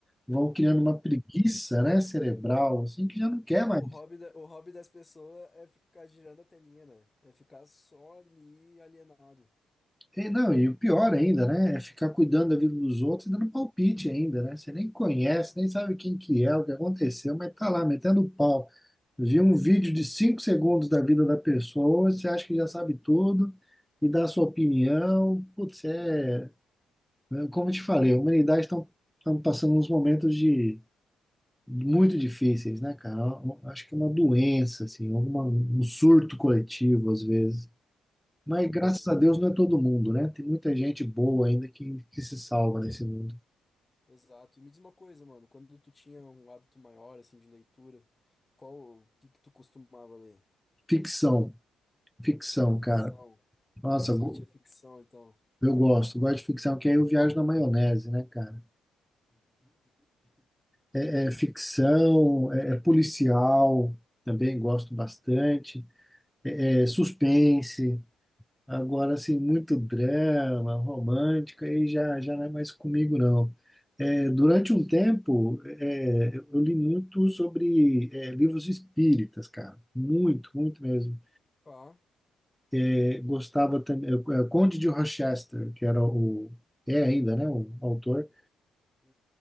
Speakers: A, in the centre; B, on the left.
A: vão criando uma preguiça, né, cerebral, assim, que já não quer
B: Ó,
A: mais.
B: O hobby, da- o hobby das pessoas é ficar girando a telinha, né? É ficar só ali alienado.
A: E, não, e o pior ainda, né? É ficar cuidando da vida dos outros e dando palpite ainda, né? Você nem conhece, nem sabe quem que é, o que aconteceu, mas tá lá metendo pau. Viu um vídeo de cinco segundos da vida da pessoa, você acha que já sabe tudo e dá a sua opinião. Putz, é. né? Como eu te falei, a humanidade estão passando uns momentos de muito difíceis, né, cara? Eu eu Acho que é uma doença, assim, alguma, um surto coletivo, às vezes. Mas
B: Exatamente.
A: graças a Deus não é todo mundo, né? Tem muita gente boa ainda que, que se salva nesse mundo.
B: Exato. E me diz uma coisa, mano, quando tu tinha um hábito maior, assim, de leitura, qual, o que que tu costumava ler?
A: Ficção, ficção,
B: Ficção.
A: cara. Nossa,
B: Você curtia
A: go-
B: ficção, então?
A: eu gosto, gosto de ficção, que aí eu viajo na maionese, né, cara? É, é ficção, é, é policial, também gosto bastante. É, é suspense, Agora, assim, muito drama, romântica, aí já, já não é mais comigo, não. É, durante um tempo, é, eu eu li muito sobre é, livros espíritas, cara. Muito, muito mesmo.
B: Ah,
A: É, gostava também. é, é, Conde de Rochester, que era o. É ainda, né? O autor.